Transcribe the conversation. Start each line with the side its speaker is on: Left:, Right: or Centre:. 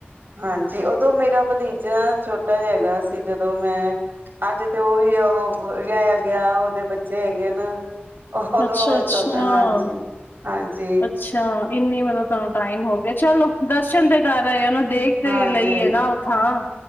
Right: ਹਾਂਜੀ ਉਦੋਂ ਮੇਰਾ ਭਤੀਜਾ ਛੋਟਾ ਜਿਹਾ ਹੈਗਾ ਸੀ ਜਦੋਂ ਮੈਂ ਅੱਜ ਤੇ ਉਹ ਵੀ ਵਿਆਹ ਇਆ ਗਿਆ ਉਹਦੇ ਬੱਚੇ ਹੈਗੇ ਨਾ ਉਹ ਉਦੋਂ
Left: ਅੱਛਾ-ਅੱਛਾ।
Right: ਛੋਟਾ ਹਾਂਜੀ-ਹਾਂਜੀ,
Left: ਅੱਛਾ ਇੰਨੀ ਮਤਲਬ ਤੁਹਾਨੂੰ ਟਾਈਮ ਹੋ ਗਿਆ, ਚਲੋ ਦਰਸ਼ਨ ਤੇ ਕਰ ਆਏ ਔ ਉਹਨੂੰ ਦੇਖ ਤੇ
Right: ਹਾਂਜੀ
Left: ਲਈਏ ਨਾ ਉਹ ਥਾਂ,